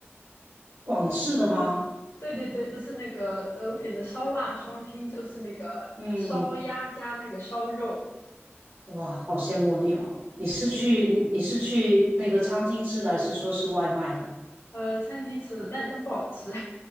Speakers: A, on the right; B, on the left.
A: 广式的吗？
B: 对对对，就是那个呃我点的烧腊双拼，就是那个烧鸭加那个烧肉，
A: 嗯，哇，好羡慕你哦！你是去你是去那个餐厅吃的，
B: 嗯
A: 还是说是外卖啊？
B: 呃，餐厅吃的，但但不好吃，